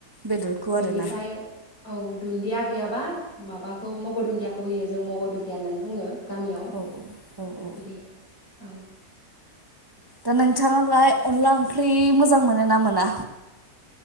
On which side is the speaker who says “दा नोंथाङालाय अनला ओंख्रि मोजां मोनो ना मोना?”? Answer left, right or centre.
Right